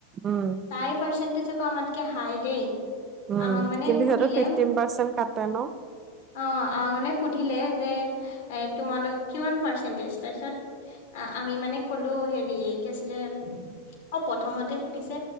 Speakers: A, on the right; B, on the left.
A: উম,
B: তাই পাৰ্চেন্টেজ আকৌ আমাতকে হাই দেই <unintelligible>
A: উম,
B: আমাক মানে
A: কিন্তু
B: সুধিলে
A: সিহঁতৰ ফিফটিন পাৰ্চেন্ট কাটে ন?
B: অ' আমাক মানে সুধিলে <unintelligible> যে এ তোমালোক কিমান পাৰ্চেন্টেজ তাৰপিছত আমি মানে ক'লো হেৰি <unintelligible> কি আছিলে অ' প্ৰথমতে সুধিছে